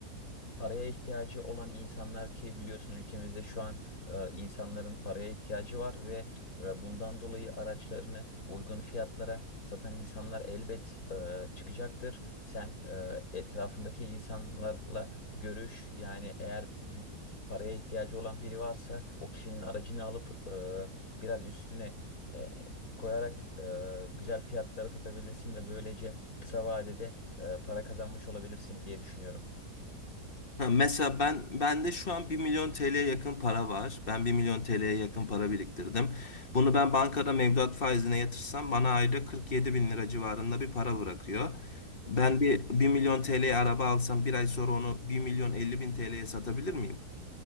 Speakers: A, on the left; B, on the left.
A: paraya ihtiyacı olan insanlar ki biliyorsun ülkemizde şu an e, insanların paraya ihtiyacı var ve e, bundan dolayı araçlarını uygun fiyatlara satan insanlar elbet e, çıkacaktır. Sen e, etrafındaki insanlarla görüş yani eğer paraya ihtiyacı olan biri varsa o kişinin aracını alıp e, biraz üstüne e, koyarak e, güzel fiyatlara satabilirsin ve böylece kısa vadede e, para kazanmış olabilirsin diye düşünüyorum.
B: Ha, mesela ben bende şu an bir milyon TL'ye yakın para var. Ben bir milyon TL'ye yakın para biriktirdim. Bunu ben bankada mevduat faizine yatırsam bana ayda 47 bin lira civarında bir para bırakıyor.
A: Evet
B: Ben
A: Mehmet.
B: bir bir milyon TL'ye araba alsam bir ay sonra onu bir milyon 50 bin TL'ye satabilir miyim?